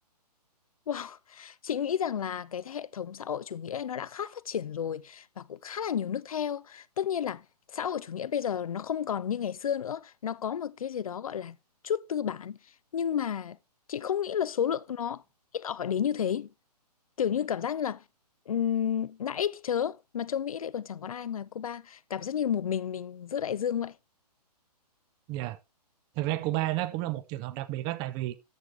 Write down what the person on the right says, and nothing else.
dạ Thực ra Cuba nó cũng là một trường hợp đặc biệt đó tại vì